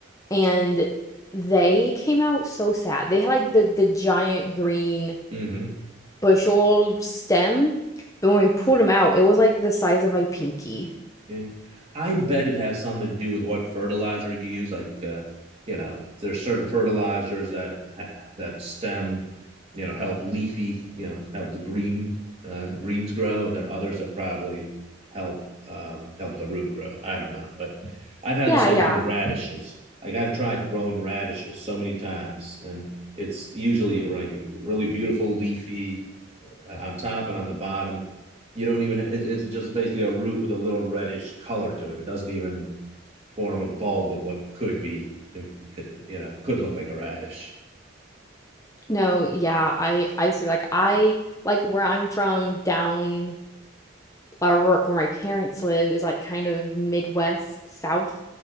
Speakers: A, on the left; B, on the right.
A: and they came out so sad. They had like the the giant green
B: Ujú.
A: bushel stem, but when we pulled them out, it was like the size of my pinky.
B: Yeah. I bet it has something to do with what fertilizer you use. Like, uh, you know, there's certain fertilizers that that stem, you know, help leafy, you know, help the green uh, greens grow, and there are others that probably help uh, help the root grow. I don't know, but I've had
A: Yeah,
B: the same
A: yeah.
B: thing with radishes. Like I've tried growing radishes so many times, and it's usually like really beautiful, leafy, uh, on top and on the bottom. You don't even, it, it's just basically a root with a little reddish color to it. It doesn't even form a bulb of what could be, you know, could look like a radish,
A: No, yeah, I I see like I like where I'm from down or where where my parents live is like kind of Midwest South,